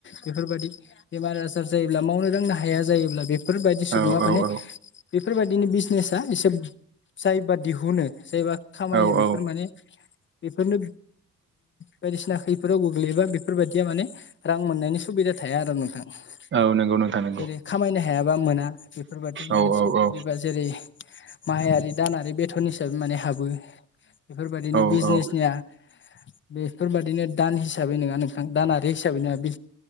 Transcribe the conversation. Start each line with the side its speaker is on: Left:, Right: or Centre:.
Left: बेफोरबायादि बेमार आजार जायोब्ला मावनो दांनो हाया जायोब्ला बे बेफोरबायदि
Right: औ
Left: सुबुङा माने
Right: औ
Left: बेफोरबायदिनि बिजनेसा एसे जायबा दिहुनो जायबा खामायो
Right: औ
Left: बेफोर
Right: औ
Left: माने बेफोरनो बायदिसिना खैफदाव गोग्लैयोबा बेफोरबायदिया माने रां मोननायनि सुबिदा थाया आरो नोंथाङा जेरै
Right: औ नंगौ नोंथां नंगौ
Left: खामायनो हायाबा मोना बेफोरबायादि माने
Right: औ औ
Left: सरकारि
Right: औ
Left: बा जेरै माहायारि दानारि बेथन हिसाबै माने हाबो बेफोरबायदिनो
Right: औ
Left: बिजनेसनिया
Right: औ
Left: बेफोरबादिनो दान हिसाबै नोङा नोंथां दानारि हिसाबै नोङा बे